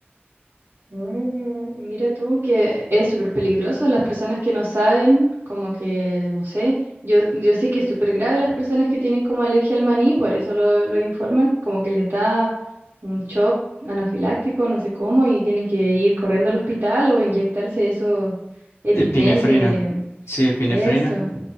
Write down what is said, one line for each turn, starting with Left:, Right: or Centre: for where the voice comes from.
Right: Mm, mira tú que es súper peligroso las personas que no saben, como que, no sé, yo, yo sé que es súper grave las personas que tienen como alergia al maní, por eso lo, lo informan, como que les da un shock anafiláctico, no sé cómo, y tienen que ir corriendo al hospital o inyectarse eso, EpiPen
Left: Epinefrina,
Right: de
Left: sí, epinefrina.
Right: eso.